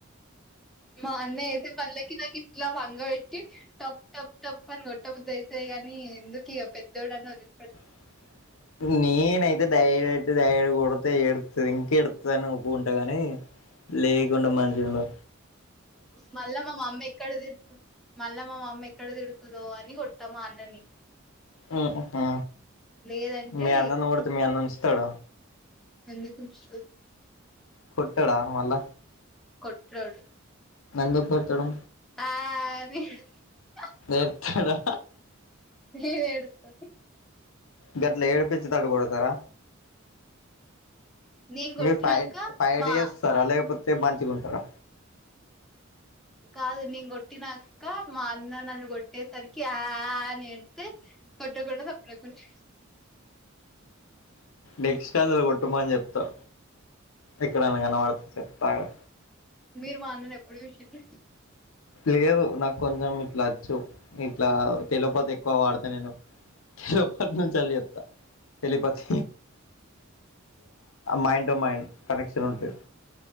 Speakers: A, in the centre; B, on the left (about 80°).
A: మా అన్నయ్య అయితే పలకి నాకు ఇట్లా ఒంగా పెట్టి టప్ టప్ టప్ అని కొట్టబుద్ది అయితాది కాని ఎందుకు ఇగా పెద్దోడు అని వదిలిపెడతా
B: అ నేనైతే డై డైరెక్ట్ కొడితే ఎడుతది ఇంక ఎడుతది అని ఉకునుకుంటగాని లేకుంటే మంచిగా ఉండు
A: మళ్ళ మా మమ్మీ ఎక్కడ మళ్ళ మా మమ్మీ ఎక్కడ తిడుతదో అని కొ ట్ట మా అన్నని
B: ఉహు హా
A: లేదంటే
B: మీ అన్న నీ కొడుతే మీ అన్న ఉంచుతడ
A: ఎందుకు ఉంచడు
B: కొట్టడా మల్ల
A: కొట్రోడు
B: ఎందుకు కొట్టాడు
A: ఆ అని ఏడు
B: కొడతాడా
A: నేను ఏడుత్త
B: గట్ల ఏడిపించేటట్టు కొడతార
A: నేను కొట్టినంక
B: మీరు ఫై ఫైట్
A: మా
B: చేస్తారా లేక పోతే మంచిగుంటరా
A: కాదు నేను కొట్టినంక మా అన్న నన్ను కొట్టేసరికి ఆ ఆ ఆని ఏ డిస్తే కొట్టకుండా సప్పుడేకా ఉంటా
B: నెక్స్ట్ ఛాన్స్ల కొట్టటుమాని చెప్తా ఎక్కడన్న కనబడుతే చెప్తా ఆగు
A: మీరు మా అన్నని ఎప్పుడు చూశిల్లు
B: లేదు నాకు కొంచెం ఇట్లా వచ్చు ఇట్లా తెలుపోతే ఎక్కువ వాడతా నేను చెప్తా చాల తెలిపోతే మాడ్ మ కనెక్షన్ ఉంటది